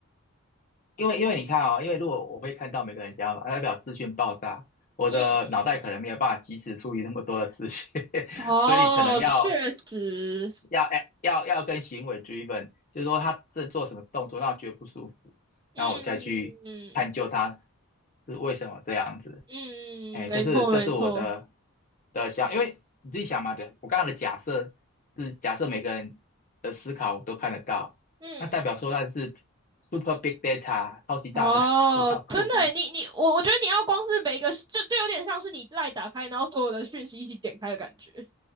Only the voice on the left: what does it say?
因为因为你看哦，因为如果我会看到每个人家嘛，代表资讯爆炸，我的脑袋可能没有办法及时处理那么多的资讯，
<laughs>
所以可能要
要哎要要跟行为 driven，就是说他这做什么动作让我觉得不舒服，
然后我再去探究他是为什么这样子。
哎，
这是这是我的的想，因为你自己想嘛，对，我刚刚的假设是假设每个人的思考我都看得到，
那代表说那是 super big data 超级大的
<laughs> 资料库，